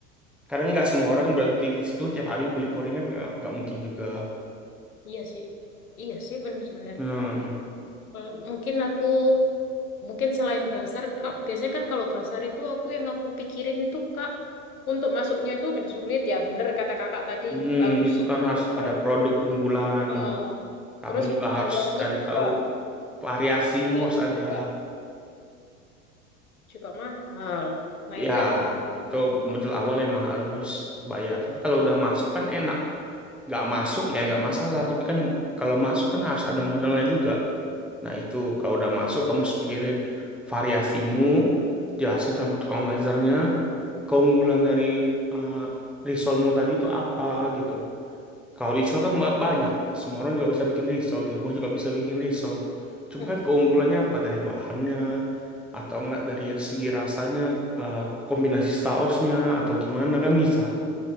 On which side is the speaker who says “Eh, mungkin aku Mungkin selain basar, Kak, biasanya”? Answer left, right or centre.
Left